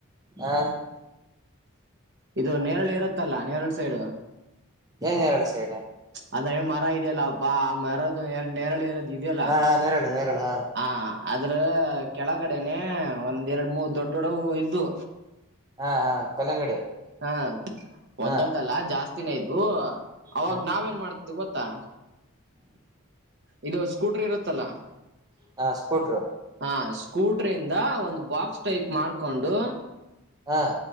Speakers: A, on the right; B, on the right.
A: ಹಾ
B: ಇದು ನೇರಳು ಇರತ್ತಲ್ಲ ನೇರಳ ಸೈಡ್
A: ಏನ್ ಎರಡು ಸೈಡ್
B: ಆದ್ರೆ ಮರ ಇದೆಯಲ್ಲಪ್ಪಾ ಮರದು ನೇರಳೆ ಇರೋದು ಇದೆಯಲ್ಲ
A: ಹಾ ನೇರಳೆ ನೇರಳೆ ಹಾ
B: ಹ ಅದ್ರ ಕೆಳ ಕಡೆನೆ ಒಂದ್ ಎರಡ್ ಮೂರ್ ದೊಡ್ಡ ದೊಡ್ಡ ಇದ್ದು
A: ಹಾ ಹಾ ಕಲ್ಲಂಗಡಿ
B: ಹಾ
A: ಹಾ
B: ಒಂದೊಂದಲ್ಲ ಜಾಸ್ತಿನೇ ಇದು ಅವಾಗ
A: ಹ
B: ನಾವೇನ್ ಮಾಡ್ತಿದ್ದು ಗೊತ್ತಾ ಇದು ಸ್ಕೂಟರ್ ಇರುತ್ತಲ್ಲ
A: ಹಾ ಸ್ಕೂಟರು
B: ಹಾ ಸ್ಕೂಟ್ರಿಂದ ಒಂದು ಬಾಕ್ಸ್ ಟೈಪ್ ಮಾಡ್ಕೊಂಡು
A: ಹಾ